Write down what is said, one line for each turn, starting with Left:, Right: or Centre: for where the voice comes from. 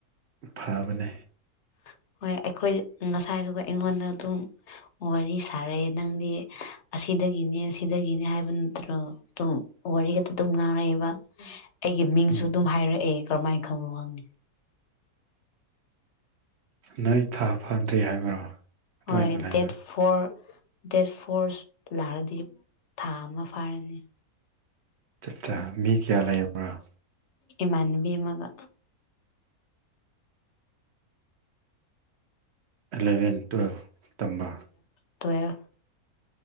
Right: ꯐꯕꯅꯦ
Left: <unintelligible> ꯍꯣꯏ ꯑꯩꯈꯣꯏ ꯉꯁꯥꯏꯗꯨꯒ ꯑꯩꯉꯣꯟꯗ ꯑꯗꯨꯝ ꯋꯥꯔꯤ ꯁꯥꯔꯛꯑꯦ ꯅꯪꯗꯤ ꯑꯁꯤ ꯁꯤꯗꯒꯤꯅꯦ ꯁꯤꯗꯒꯤꯅꯦ ꯍꯥꯏꯕ ꯅꯠꯇ꯭ꯔꯣ ꯑꯗꯨꯝ ꯋꯥꯔꯤ ꯑꯗꯨꯇ ꯉꯥꯡꯔꯛꯏꯦꯕ ꯑꯩꯒꯤ ꯃꯤꯡꯁꯨ
Right: ꯎꯝ
Left: ꯑꯗꯨꯝ ꯍꯥꯏꯔꯛꯑꯦ ꯀꯔꯝꯃꯥꯏꯅ ꯈꯪꯕꯅꫭ ꯈꯪꯗ‌ꯦ
Right: ꯅꯪ ꯊꯥ ꯐꯥꯗ꯭ꯔꯤ ꯍꯥꯏꯕ꯭ꯔꯣ ꯑꯗꯨꯃꯥꯏꯅ
Left: ꯍꯣꯏ
Right: ꯂꯩꯕ꯭ꯔꯥ
Left: ꯗꯦꯠ ꯐꯣꯔ ꯗꯦꯠ ꯐꯣꯔꯁ ꯂꯥꯛꯑꯗꯤ ꯊꯥ ꯑꯃ ꯐꯥꯔꯅꯤ
Right: ꯆꯠ ꯆ ꯃꯤ ꯀꯌꯥ ꯂꯩꯕ꯭ꯔꫭ
Left: ꯑꯦꯃꯟꯅꯕꯤ ꯑꯃꯒꯥ
Right: ꯑꯦꯂꯚꯦꯟ ꯇꯨꯋꯦꯜꯐ ꯇꯝꯕ
Left: ꯇꯋꯦꯞ